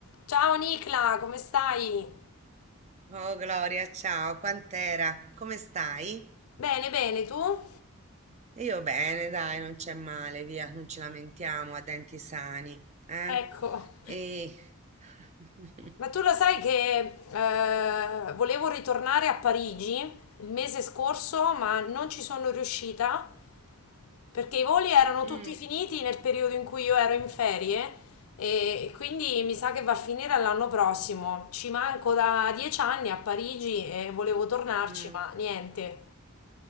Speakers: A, on the left; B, on the right.
A: Ciao Nicla, come stai?
B: Oh Gloria, ciao, quant'era? Come stai?
A: Bene, bene, tu?
B: Io bene, dai, non c'è male, via, non ci lamentiamo a denti sani, eh?
A: Ecco,
B: E... <laughs>
A: ma tu lo sai che eh, volevo ritornare a Parigi il mese scorso, ma non ci sono riuscita perché i voli erano
B: Mm,
A: tutti finiti nel periodo in cui io ero in ferie e quindi mi sa che va a finire all'anno prossimo. Ci manco da dieci anni a Parigi e volevo tornarci,
B: mm.
A: ma niente.